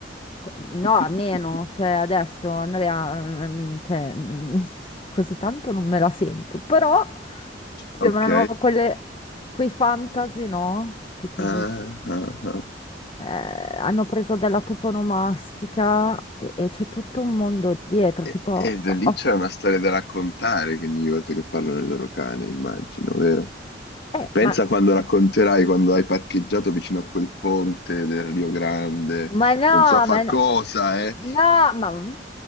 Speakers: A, on the left; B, on the left.
A: co- No,
B: <laughs>
A: meno, cioè adesso Andrea, mm, cioè, mm, <laughs> così tanto non me la sento, però sembrano
B: Ok.
A: quelle, quei fantasy, no? Che tu
B: Ah,
A: dici.
B: ah, ah.
A: eh, hanno preso della toponomastica e, e c'è tutto un mondo dietro,
B: E,
A: tipo,
B: e da lì
A: oh,
B: c'è una storia da raccontare, quindi ogni volta che parlano del loro cane, immagino, vero?
A: eh,
B: Pensa
A: ma,
B: quando racconterai quando hai parcheggiato vicino a quel ponte del Rio Grande,
A: ma no,
B: non so far
A: ma no,
B: cosa, eh.
A: no, ma...